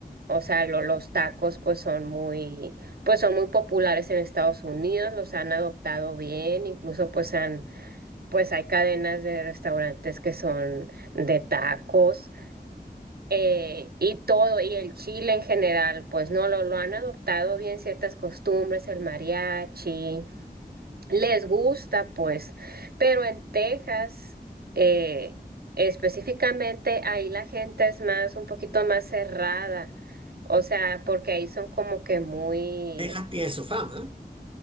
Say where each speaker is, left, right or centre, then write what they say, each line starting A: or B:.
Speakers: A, on the right; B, on the right.
A: o sea, lo- los tacos pues son muy pues son muy populares en Estados Unidos, los han adoptado bien, incluso pues han pues hay cadenas de restaurantes que son de tacos eh, y todo, y el Chile en general, pues no lo, lo han adoptado bien ciertas costumbres, el mariachi, les gusta, pues, pero en Texas, eh, específicamente, ahí la gente es más, un poquito más cerrada, o sea, porque ahí son como que muy...
B: Texas tiene su fama, ¿eh?